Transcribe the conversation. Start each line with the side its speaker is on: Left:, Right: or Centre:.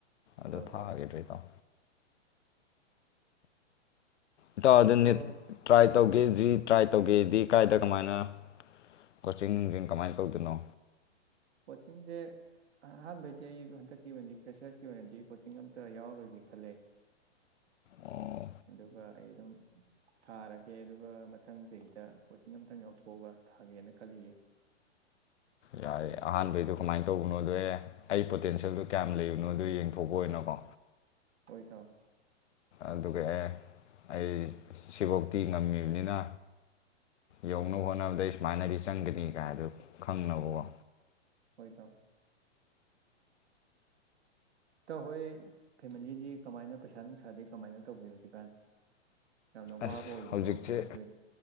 Left: ꯑꯗꯨ
Right: ꯍꯣꯏ
Left: ꯊꯥꯒꯤꯗ꯭ꯔꯦ
Right: ꯍꯣꯏ
Left: ꯏꯇꯥꯎ ꯏꯇ ꯑꯗꯨ
Right: ꯑꯗꯣ
Left: ꯅꯤꯠ ꯇ꯭ꯔꯥꯏ ꯇꯧꯒꯦ ꯖꯤ ꯇ꯭ꯔꯥꯏ ꯇꯧꯒꯦꯗꯤ ꯀꯥꯏꯗ ꯀꯃꯥꯏꯅ ꯀꯣꯆꯤꯡ ꯅꯨꯡꯖꯤꯡ ꯀꯃꯥꯏꯅ ꯇꯧꯗꯣꯏꯅꯣ
Right: ꯀꯣꯆꯤꯡꯁꯦ ꯑꯍꯥꯟꯕꯩꯗꯤ ꯑꯩ ꯍꯟꯗꯛꯀꯤ ꯑꯣꯏꯅꯗꯤ ꯐ꯭ꯔꯦꯁꯔꯁꯀꯤ ꯑꯣꯏꯅꯗꯤ ꯀꯣꯆꯤꯡ ꯑꯃꯝꯇ ꯌꯥꯎꯔꯣꯏꯒꯦ ꯈꯜꯂꯦ
Left: ꯑꯣ
Right: ꯑꯗꯨꯒ ꯑꯩ ꯑꯗꯨꯝ ꯊꯥꯔꯒꯦ ꯑꯗꯨꯒ ꯃꯊꯪ ꯆꯍꯤꯗ ꯀꯣꯆꯤꯡ ꯑꯃꯝꯇꯪ ꯌꯥꯎꯊꯣꯛꯑꯒ ꯊꯥꯒꯦꯅ ꯈꯜꯂꯤꯌꯦ
Left: ꯌꯥꯏ ꯑꯍꯥꯟꯕꯩꯗꯣ ꯀꯃꯥꯏꯅ ꯇꯧꯕꯅꯣꯗꯣ ꯑꯦ ꯑꯩ ꯄꯣꯇꯦꯟꯁꯤꯌꯦꯜꯗꯣ ꯀꯌꯥꯝ ꯂꯩꯕꯅꯣꯗꯣ ꯌꯦꯡꯊꯣꯛꯄ ꯑꯣꯏꯅꯣꯀꯣ
Right: ꯇꯧ
Left: ꯑꯗꯨꯒ ꯑꯦ ꯑꯩ ꯁꯤꯕꯣꯛꯇꯤ ꯉꯝꯃꯤꯕꯅꯤꯅ ꯌꯧꯅꯕ ꯍꯣꯠꯅꯕꯗꯩ ꯁꯨꯃꯥꯏꯅꯗꯤ ꯆꯪꯒꯅꯤ ꯀꯥꯏꯗ ꯈꯪꯅꯕꯀꯣ
Right: ꯍꯣꯏ ꯢꯇꯩ ꯏꯇꯎ ꯍꯣꯏ ꯐꯦꯃꯤꯂꯤꯗꯤ ꯀꯃꯥꯏꯅ ꯄꯩꯁꯥ ꯅꯨꯡꯁꯥꯗꯤ ꯀꯃꯥꯏꯅ ꯇꯧꯒꯦ ꯍꯧꯖꯤꯛꯀꯥꯟ ꯌꯥꯝꯅ
Left: ꯑꯁ
Right: ꯋꯥꯕ ꯑꯣꯏꯕ꯭ꯔꯣ
Left: ꯍꯧꯖꯤꯛꯁꯦ
Right: ꯀꯃꯥꯏꯅ ꯇꯧꯅꯤ